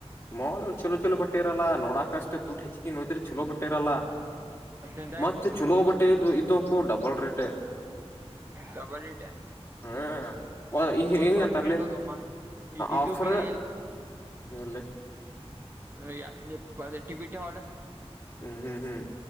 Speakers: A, on the left (about 20°); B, on the right (about 20°).
A: ಮಾಲ್ ಚಛಲೋ ಚಛಲೋ ಬಟ್ಟ ಇರಲ್ಲ ನೋಡಕಷ್ಟ್ ದುಡ್ಡು ಹೆಚ್ಚಿ ನೋಡಿದ್ರೆ ಚಛಲೋ ಬಟ್ಟೆ ಇರಲ್ಲ.
B: ಎಂತ
A: ಮತ್ತೆ
B: ಇಡ್ತಿದ್ದು
A: ಚಲೋ ಬಟ್ಟೆ ಇದಕು ಡಬಲ್ ರೇಟ್ ಆ.
B: ಡಬಲ್ ಇಟೆ
A: ಹಾ ಒ ಈ ಹೇಗೆ
B: ಒಂದ್ ಸಾವಿರ
A: ಅಂತರಲಿ
B: ರೂಪಾಯಿ ಇಡ್ತಾವಮ್ಮ ಇದ ಇದಕ್ಲಿ
A: ಆಫರ್ ಇಲ್ಲಿ
B: ಐ ಬಟಿ ಹಲ್
A: ಹ್ಮ್ ಹ್ಮ್ ಹ್ಮ್